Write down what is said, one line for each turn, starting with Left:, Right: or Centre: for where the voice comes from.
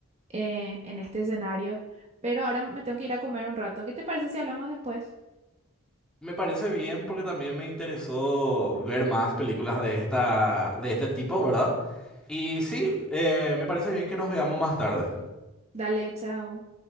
Right: eh, en este escenario. Pero ahora me tengo que ir a comer un rato. ¿Qué te parece si hablamos después?
Centre: Me parece bien porque también me interesó ver más películas de esta, de este tipo, ¿verdad? Y sí, eh, me parece bien que nos veamos más tarde.
Right: Dale, chao.